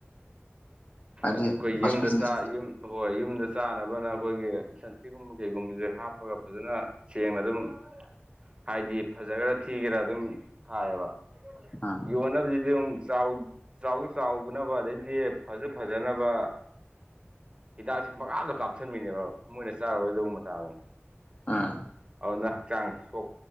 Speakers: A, on the left; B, on the right.
A: ꯍꯥꯏꯗꯤ
B: ꯑꯁ ꯈꯣꯏ
A: ꯍꯣꯁꯄꯤꯁ
B: ꯌꯨꯝꯗ ꯆꯥ ꯌꯨꯝ ꯕꯣꯕꯣꯏ ꯌꯨꯝꯗ ꯆꯥꯅꯕꯅ ꯑꯈꯣꯏꯒꯤ ꯁꯟꯊꯤꯒꯨꯝꯕ ꯀꯩꯒꯨꯝꯕꯖꯦ ꯍꯥꯞꯄꯒ ꯐꯖꯅ, ꯁꯦꯡꯅ ꯑꯗꯨꯝ ꯍꯥꯏꯗꯤ ꯐꯖꯒꯦꯔ ꯊꯤꯒꯦꯔꯥ ꯑꯗꯨꯝ ꯊꯥꯏꯌꯦꯕ꯫
A: ꯎꯝ
B: ꯌꯣꯟꯅꯕꯁꯤꯗꯤ ꯆꯥꯎ ꯆꯥꯎ ꯆꯥꯎꯕꯅꯕ ꯑꯗꯩꯗꯤ ꯐꯖꯨ ꯐꯖꯅꯕ ꯍꯤꯗꯥꯛꯁꯤ ꯄꯪꯀꯥꯞꯇ ꯀꯥꯞ ꯁꯟꯕꯤꯅꯦꯕ ꯃꯣꯏꯅ ꯆꯥꯔꯔꯣꯏꯗꯧ ꯃꯇꯥꯒꯨꯝ꯫
A: ꯑꯥ
B: ꯑꯗꯨꯅ ꯍꯛꯆꯥꯡ ꯁꯣꯛ